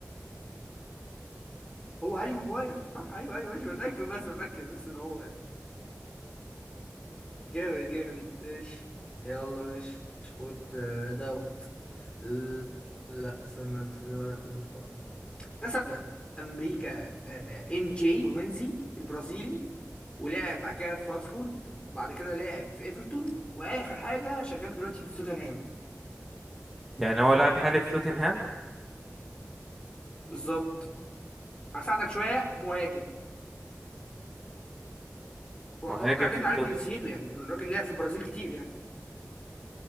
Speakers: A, on the left; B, in the centre.
A: هو هاري ماجواير صح ايوه ايوه ماشي بتاكد بس بتاكد بس ان هو جامد جامد ماشي يلا ماشي خد آه، دوت ال- لا استنى انت خد دوت. مثلا امريكا آه، ان جي كرومنزي البرازيلي ولعب بعد كده في واتفورد بعد كده لعب في ايفرتون واخر حاجه شغال دلوقتي في توتنهام
B: يعني هو لاعب حالي في توتنهام
A: بالظبط هساعدك شويه مهاجم واتوقع
B: مهاجم
A: ان
B: في
A: انت
B: التوت...
A: عارف جنسيته يعني الراجل لعب في البرازيل كتير يعني